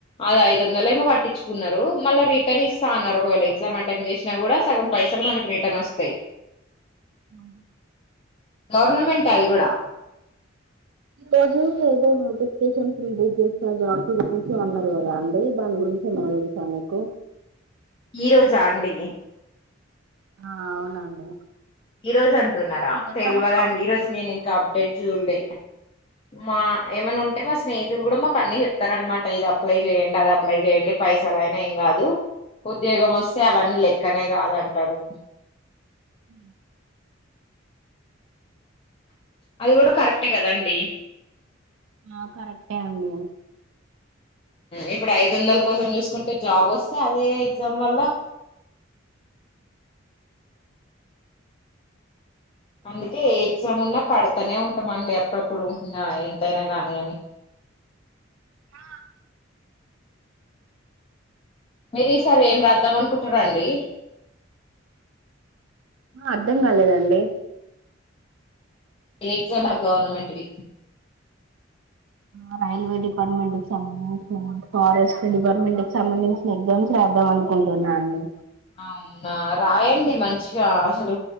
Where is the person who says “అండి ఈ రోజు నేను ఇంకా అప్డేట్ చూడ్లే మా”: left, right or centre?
Left